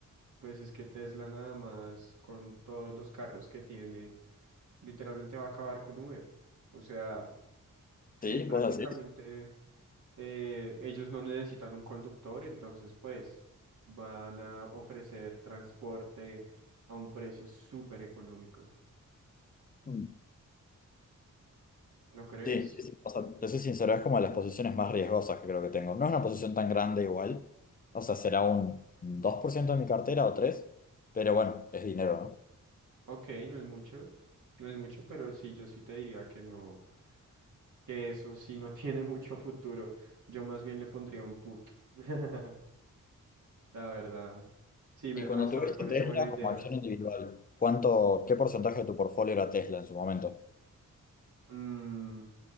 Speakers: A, on the right (about 65°); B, on the left (about 25°).
A: pues es que Tesla nada más con todos los carros que tiene, literalmente va a acabar con Uber. O sea,
B: ¿Sí?
A: sí, prácticamente
B: ¿Vos decís?
A: eh, ellos no necesitan un conductor, entonces pues van a ofrecer transporte a un precio súper económico.
B: Mm.
A: ¿No crees?
B: Sí, sí, sí. O sea, te soy sincero, es como de las posiciones más riesgosas que creo que tengo. No es una posición tan grande igual. O sea, será un 2% de mi cartera o 3%, pero bueno, es dinero, ¿no?
A: Ok, no es mucho, no es mucho, pero sí, yo sí te diría que no. que eso sí no <laughs> tiene mucho futuro. Yo más bien le pondría un put. <laughs> La verdad. Sí, me,
B: Y cuando
A: hasta
B: tuviste
A: me parece
B: Tesla
A: buena idea.
B: como acción individual, ¿cuánto, qué porcentaje de tu portfolio era Tesla en su momento?
A: Mm,